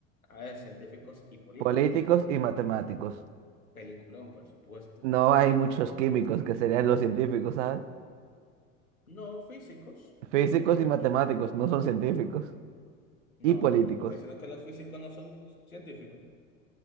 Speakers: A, on the left; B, on the right.
A: A ver, científicos y políticos.
B: Políticos y matemáticos.
A: Peliculón, por supuesto.
B: No hay muchos químicos que serían los científicos, ¿sabes?
A: No físicos,
B: Físicos
A: no químicos.
B: y matemáticos no son científicos.
A: No,
B: Y políticos.
A: tú me estás diciendo que los físicos no son científicos.